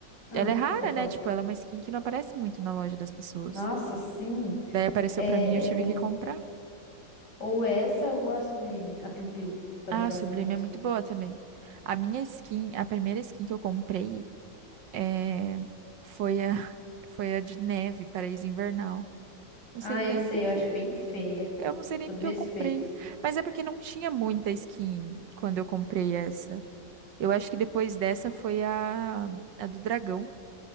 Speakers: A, on the left (about 60°); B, on the right (about 75°).
A: Ah,
B: ela é rara,
A: pode falar.
B: né? Tipo, ela é uma skin que não aparece muito na loja das pessoas.
A: Nossa, sim.
B: Daí apareceu
A: É,
B: pra mim, eu tive que
A: é,
B: comprar.
A: ou essa ou a Sublime, a Piu Piu. Também
B: Ah,
A: gosto
B: a Sublime
A: muito.
B: é muito boa também. A minha skin, a primeira skin que eu comprei é... foi a... <laughs> foi a de neve, Paraíso Invernal. Não sei
A: Ah,
B: nem
A: eu sei,
B: porque,
A: eu acho bem feia.
B: eu não sei
A: Com
B: nem
A: todo
B: porque
A: respeito.
B: eu comprei. Mas é porque não tinha muita skin quando eu comprei essa. Eu acho que depois dessa foi a, a do dragão.